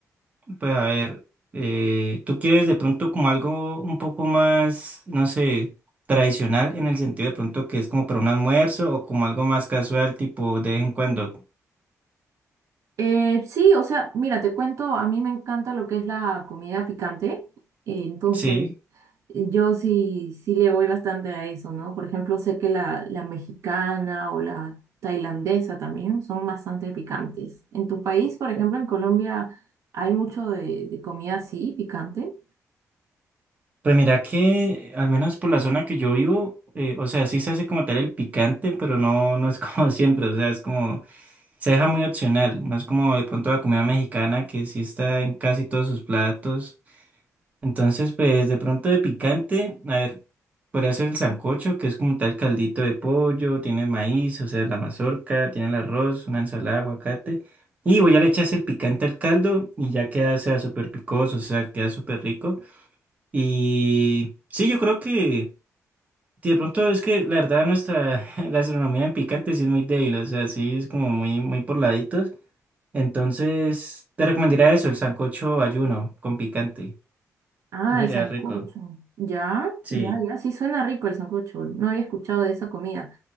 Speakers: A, on the right; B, on the right.
A: Pues a ver, eh, ¿tú quieres de pronto como algo un poco más, no sé, tradicional en el sentido de pronto que es como para un almuerzo o como algo más casual, tipo de vez en cuando?
B: Eh, sí, o sea, mira, te cuento, a mí me encanta lo que es la comida picante, eh, entonces
A: Sí.
B: Yo sí, sí le voy bastante a eso, ¿no? Por ejemplo, sé que la, la mexicana o la tailandesa también son bastante picantes. ¿En tu país, por ejemplo, en Colombia, hay mucho de, de comida así, picante?
A: Pues mira que, al menos por la zona que yo vivo, eh, o sea, sí se hace como tal el picante, pero no, no es como <laughs> siempre, o sea, es como, se deja muy opcional, no es como de pronto la comida mexicana que sí está en casi todos sus platos. Entonces, pues de pronto de picante, a ver, podría ser el sancocho, que es como tal caldito de pollo, tiene maíz, o sea, la mazorca, tiene el arroz, una ensalada, aguacate. Y voy a le echas el picante al caldo y ya queda, o sea, súper picoso, o sea, queda súper rico. Y sí, yo creo que sí, de pronto es que la verdad nuestra <laughs> gastronomía en picante sí es muy débil, o sea, sí es como muy, muy por laditos. Entonces, te recomendaría eso, el sancocho ayuno con picante.
B: Ah,
A: Sería
B: el sancocho.
A: rico.
B: Ya,
A: Sí.
B: ya, ya, sí suena rico el sancocho. No había escuchado de esa comida.